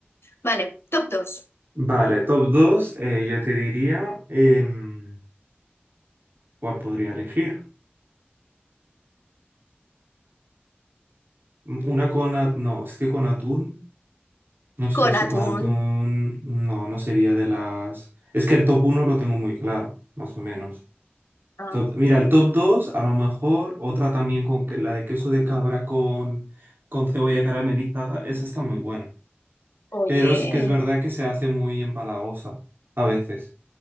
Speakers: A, on the left; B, on the right.
A: Vale, top 2
B: Vale, top dos eh, yo te diría, em, ¿cuál podría elegir? Una con... a- No, es que con atún. No sé
A: con
B: si
A: atún.
B: con atún... No, no sería de las... Es que el top uno lo tengo muy claro, más o menos.
A: Ah,
B: Top- Mira, el top 2 a lo mejor otra también con que la de queso de cabra con, con cebolla caramelizada. Esa está muy buena.
A: oye.
B: Pero sí que es verdad que se hace muy empalagosa a veces.